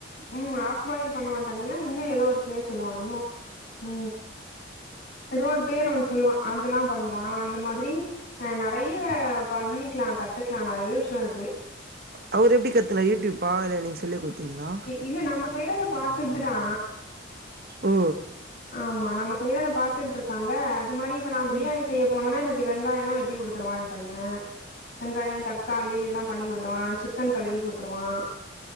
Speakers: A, on the left; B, on the right.
A: உம் ஆஃப்பாய பண்ணுவான் தனியா இன்னும் ஏதோ ஒரு பேர் சொல்லுவமோ உ ஏதோ ஒரு பேர் ஒன்னு சொல்லுவான் அதெல்லாம் பண்ணுவான் அந்த மாதிரி நறைய பண்ணிக்கலாம் கத்துக்கலாம் நிறைய விஷயம் இருக்கு
B: அவரு எப்டி கத்துனாரு யூடியூப்பா இல்ல நீங்க சொல்லி குடுத்தீங்களா?
A: இல்ல நம்ப செய்றதை பாத்துட்டுதா
B: ஓ
A: ஆமா நம்ம செய்யறத பாத்துட்டு இருக்கால அ மாதிரி இப்ப நான் பிரியாணி
B: ம்
A: செய்ய போன எனக்கு க்கு வெங்காயம் எல்லாம் வெட்டி குடுத்துருவாயன் பையன் வெங்காயம் தக்காளி இதெல்லாம் பண்ணிகுடு த்துருவான் சிக்கன் கழுவி குடுத்துருவான்